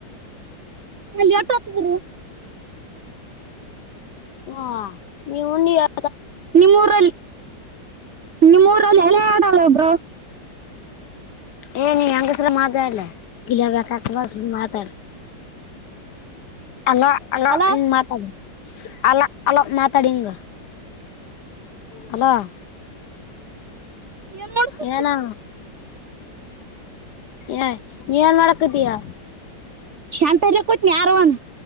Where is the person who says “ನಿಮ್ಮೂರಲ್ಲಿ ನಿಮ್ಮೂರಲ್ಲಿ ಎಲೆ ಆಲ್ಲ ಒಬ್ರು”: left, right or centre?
Right